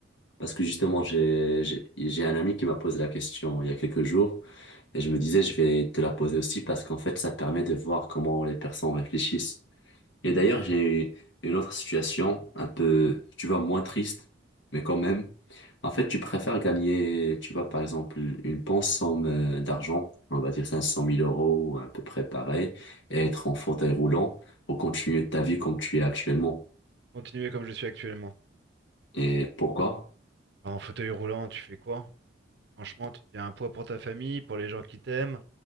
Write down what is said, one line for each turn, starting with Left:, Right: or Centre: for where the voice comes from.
Left: parce que justement, j'ai, j'ai j'ai un ami qui m'a posé la question il y a quelques jours. Et je me disais, je vais te la poser aussi parce qu'en fait, ça te permet de voir comment les personnes réfléchissent. Et d'ailleurs, j'ai une autre situation un peu, tu vois, moins triste, mais quand même. En fait, tu préfères gagner, tu vois, par exemple, une bonne somme euh, d'argent, on va dire 500 000 euros, à peu près pareil, et être en fauteuil roulant ou continuer ta vie comme tu es actuellement.
Right: Continuez comme je suis actuellement.
Left: Et pourquoi?
Right: Bah, En fauteuil roulant, tu fais quoi? Franchement, tu deviens un poids pour ta famille, pour les gens qui t'aiment,